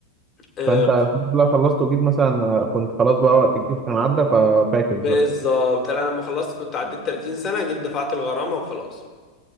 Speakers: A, on the left; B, on the right.
A: آه،
B: فانت الحمد لله خلصت وجيت مثلا آه، كنت خلاص بقى وقت الجيش كان عدى ففاكس بقى
A: بالظبط انا لما خلصت كنت عديت 30 سنة جيت دفعت الغرامة وخلاص